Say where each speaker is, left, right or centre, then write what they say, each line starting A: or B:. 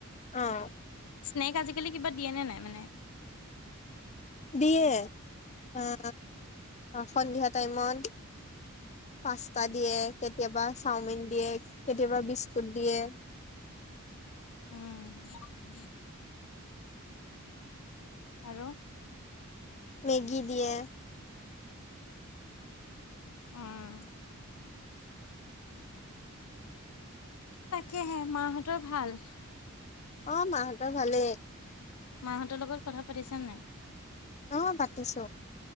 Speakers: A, on the left; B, on the left.
A: অ'
B: স্নেক আজিকালি কিবা দিয়ে নে নাই মানে?
A: দিয়ে অ' সন্ধিয়া টাইমত। পাস্তা দিয়ে কেতিয়াবা। চাওমিন দিয়ে। কেতিয়াবা বিস্কুট দিয়ে।
B: উম উ উম <inaudible> আৰু?
A: মেগী দিয়ে।
B: আ-আ। তাকেহে মা হঁতৰ ভাল?
A: অ' মাহঁতৰ ভালেই।
B: মাহঁতৰ লগত কথা পাতিছানে নাই?
A: অ' পাতিছো